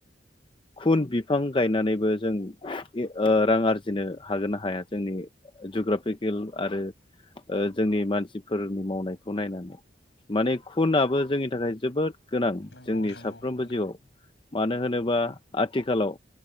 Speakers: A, on the left (about 30°); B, on the left (about 70°).
A: खुन बिफां गायनानैबो जों ओ रां आरजिनो हागोन ना हाया जोंनि जुग्राफिकेल आरो जोंनि मानसिफोरनि मावनायखौ नायनानै माने खुनआबो जोंनि थाखाय जोबोद गोनां
B: नंगौ
A: जोंनि
B: नंगौ
A: साफ्रोमबो
B: नोंथां
A: जिउआव मानो होनोबा
B: औ
A: आथिखालाव